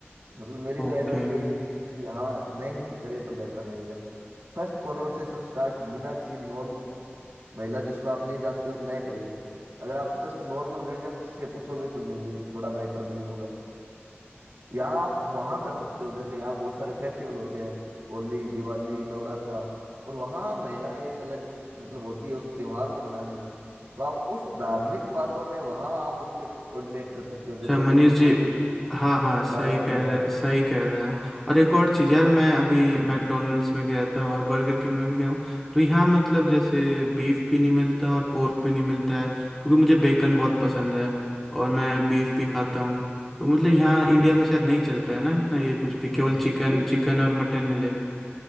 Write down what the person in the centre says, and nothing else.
ओके
अच्छा मनीष
जी हाँ हाँ सही
कह
रहे सही कह रहे हैं आप और एक और चीज़ यार मैं अभी मैकडोनल्ड्स में गया था और बर्गर किंग में भी गया हूँ तो यहाँ मतलब जैसे बीफ भी नहीं मिलता और पोर्क भी नहीं मिलता है क्योंकि मुझे बेकन बहुत पसंद है और मैं बीफ भी खाता हूँ तो मतलब यहाँ इंडिया में शायद नहीं चलता है ना इतना ये कुछ भी केवल
चिकन
चिकन
और मटन मिलेगा